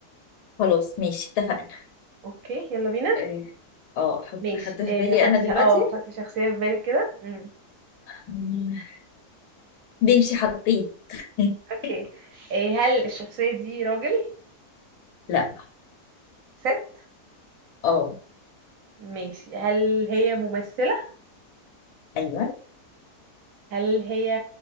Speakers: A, on the left (about 80°); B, on the right (about 65°).
A: خلاص ماشي اتفقنا
B: اوكي يلا بينا
A: إيه، اه احط
B: ماشي
A: حد في
B: إيه
A: بالي
B: حطي
A: انا دلوقتي
B: ش- اه حطي شخصيه في بالك كده امم
A: مم، ماشي حطيت <laughs>
B: اوكي إيه هل الشخصيه دي راجل
A: لا
B: ست
A: اه
B: ماشي هل هي ممثله
A: ايوه
B: هل هي